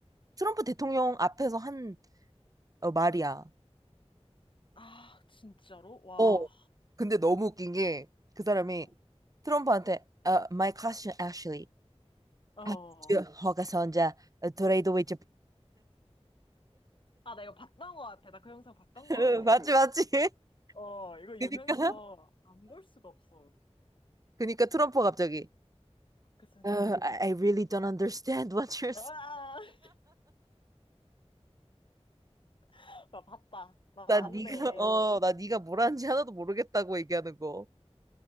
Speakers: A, on the right; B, on the left.
A: 트럼프 대통령 앞에서 한 어, 말이야.
B: 아, 진짜로? 와,
A: 어. 근데 너무 웃긴 게 그 사람이
B: 어,
A: 트럼프한테 어 My question actually
B: 어.
A: 아주 허가선자 트레이드 위치
B: 아, 나 이거 봤던 것 같아. 나 그 영상 봤던 것
A: <laughs>
B: 같아.
A: 맞지 맞지
B: 어,
A: <laughs>
B: 이거
A: 그니까
B: 유명해서 안 볼 수가 없어.
A: 그니까 트럼프가 갑자기
B: 그 선지야.
A: "Uh, I I really don't understand what you're saying."
B: 아, <laughs> 나 봤다. 나
A: 나
B: 봤네.
A: 네가 어나 네가 뭘 하는지 하나도 모르겠다고 얘기하는 거